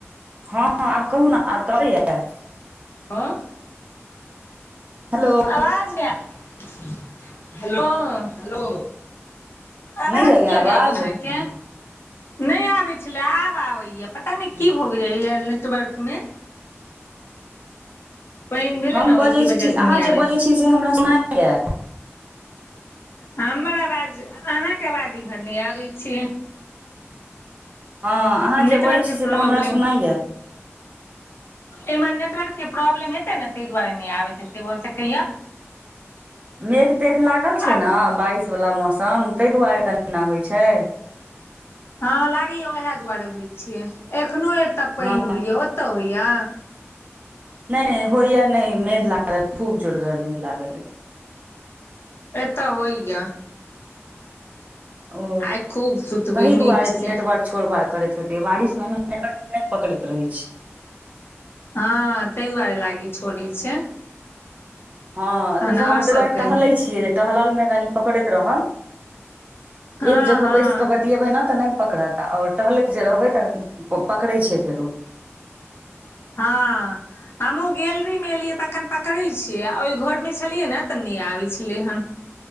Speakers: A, on the right (about 30°); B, on the left (about 55°).
A: ह आब कहू ने अब तऽ आबे य
B: आ
A: हेलो
B: आवाज नहि हेलो हेलो। आवाज
A: नहि जाइये
B: किया
A: आवाज
B: नहि आबै य हाँके। नहि आबैत छलै आब आबैया पता नहि की भऽ जइएा नेटवर्क मे। पानि भेलै
A: हम
B: ने ओहिके
A: बजै
B: वजह
A: छी
B: से
A: अहाँ
B: नहि
A: जे
B: आबै
A: बजे
B: छै
A: छी से हमरा सुनाय हे
B: हमर आवाज अहाँके आवाज इम्हर नहि आबै छै
A: हँ अहाँ जे
B: नेटवर्कके
A: बजे छी से तऽ
B: प्रॉब्लम
A: हमरा सुनाइया
B: एमे नेटवर्क के प्रॉब्लम हतै ने त दुआारे ने हेते भ सेकहिय।
A: मेघ तेख लागल छै
B: आख
A: ने बारिश वालला मौसम ताहि दुआरे तनी न होइ छै।
B: हँ लागैय ओएह दुआरे होइ छै। एखनोहु एतय पानि
A: हँ
B: होइए ओतय होइए
A: नय नय होइया नहि मेघ लागल ये खूब जोरगर मेघ लागल अय
B: ए तऽ होया
A: ओ
B: आइ खूब सुतबै
A: तहि
B: नीक
A: दुआरे
B: से
A: नेटवर्क छोड़ बाड़ करैत हेते बारिश मे नेटवर्क नय पकड़ैत रहे छै
B: हँ ताहि दुआरे लागी छोड़ छै
A: हँ
B: तहन
A: दोसर
B: आओर
A: हम तय दुवारे
B: सब कही
A: टहलै छियै जे टहलल मे कनि पकड़ैत रहल
B: हँ
A: एक जगह
B: हँ
A: बैस कऽ ब बतियेबै ने तऽ नहि पकड़त आओर टहलैत जे रहबै तऽ पकड़े छै फेरो
B: हँ हमहूँ गैलरी मे एलियै तऽखन पकड़ै छियै आ ओहि घर मे छलियै ने तऽ नहि आबै छलै हन